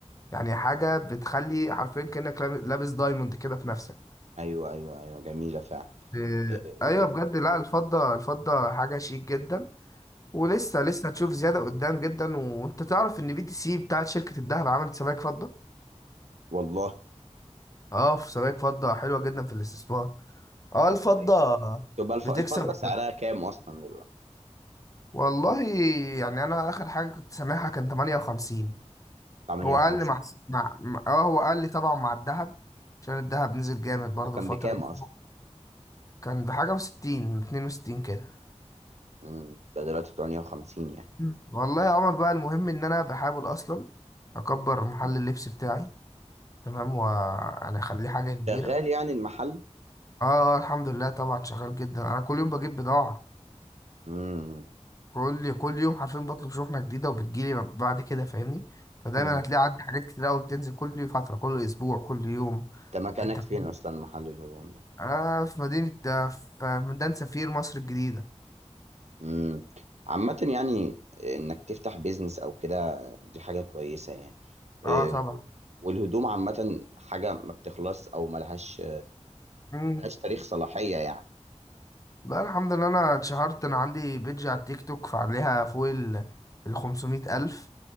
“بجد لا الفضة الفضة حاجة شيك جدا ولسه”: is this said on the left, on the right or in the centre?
Left